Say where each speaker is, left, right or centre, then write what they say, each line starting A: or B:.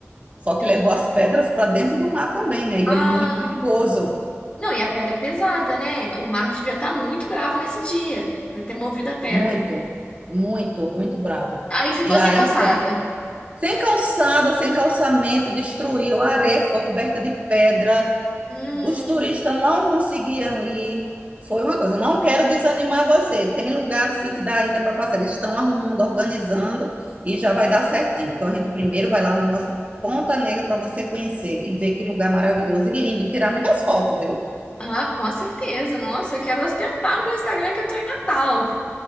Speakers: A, on the right; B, on the left.
A: Só que
B: Tem...
A: levou as pedras para dentro do mar também, né? E
B: Ah,
A: é muito perigoso.
B: não, e a pedra é pesada, né? O mar devia estar muito bravo nesse dia, pra ter movido a pedra.
A: Muito, muito, muito bravo.
B: Aí ficou
A: E aí,
B: sem calçada.
A: pronto. Sem calçada, sem calçamento, destruiu a areia, ficou coberta de pedra.
B: Hum.
A: Os turistas não conseguiam ir. Foi uma coisa. Não quero desanimar você. Tem lugar sim que dá ainda para passar. Eles estão arrumando, organizando e já vai dar certinho. Então a gente primeiro vai lá na nossa Ponta Negra para você conhecer e ver que lugar maravilhoso e lindo e tirar muitas fotos, viu?
B: Ah, com certeza. Nossa, eu quero ostentar no meu Instagram que eu tô em Natal.